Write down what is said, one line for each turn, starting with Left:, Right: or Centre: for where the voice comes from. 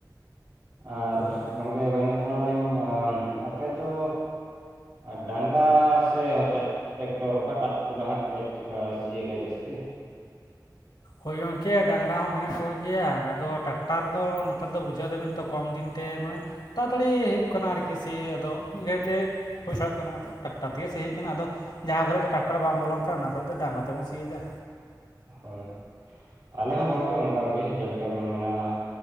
Right: ᱟᱨ
Left: ᱦᱳᱭ
Right: ᱜᱚᱝᱠᱮ ᱢᱮᱱᱮᱫ ᱠᱟᱱᱟᱞᱤᱧ ᱟᱯᱮ ᱫᱚ ᱟ ᱰᱟᱝᱨᱟ ᱥᱮ ᱴᱨᱴ ᱴᱮᱠᱴᱚᱨ ᱚᱠᱟ ᱴᱟᱜ ᱛᱮ ᱵᱟᱦᱟᱜ ᱯᱮ ᱥᱤᱭᱟᱹᱜ-ᱟ ᱜᱟᱡᱫᱮ ᱡᱟᱹᱥᱛᱤ?
Left: ᱦᱳᱭ ᱜᱚᱝᱠᱮ ᱰᱟᱝᱨᱟ ᱦᱚᱸ ᱢᱮᱱᱟᱜ ᱠᱚᱜᱮᱭᱟ ᱟᱫᱚ ᱴᱟᱠᱴᱟᱨ ᱫᱚ ᱱᱮᱛᱟᱨ ᱫᱚ ᱵᱩᱡᱷᱟᱹᱣ ᱫᱟᱵᱤᱱ ᱛᱚ ᱠᱚᱢ ᱫᱤᱱ ᱛᱮ ᱢᱟᱱᱮ ᱛᱟᱲᱟᱛᱟᱹᱲᱤ ᱦᱩᱭᱩᱜ ᱠᱟᱱᱟ ᱟᱨᱠᱤ ᱥᱮ ᱟᱫᱚ ᱢᱤᱫ ᱜᱷᱟᱹᱲᱤᱡ ᱛᱮ᱾ ᱦᱩᱭ ᱥᱟᱲᱚᱜ ᱠᱟᱱᱟ ᱟᱫᱚ ᱴᱟᱠᱴᱟᱨ ᱛᱮᱜᱮ ᱥᱤᱭ ᱦᱩᱭᱩᱜ ᱠᱟᱱᱟ ᱟᱫᱚ ᱡᱟᱦᱟᱸ ᱠᱚᱨᱮᱫ ᱫᱚ ᱴᱨᱟᱠᱴᱟᱨ ᱵᱟᱢ ᱵᱚᱞᱚᱱ ᱠᱟᱱᱟ ᱚᱱᱟ ᱠᱚᱨᱮ ᱫᱚ ᱰᱟᱝᱨᱟ ᱛᱮᱵᱚᱱ ᱥᱤᱭ ᱫᱟ᱾
Right: ᱦᱳᱭ ᱟᱞᱮ ᱦᱚᱸ ᱜᱚᱝᱠᱮ ᱚᱱᱠᱟ ᱜᱮ ᱡᱮᱞᱮᱠᱟ ᱵᱮᱱ ᱢᱮᱱᱟᱜ-ᱟ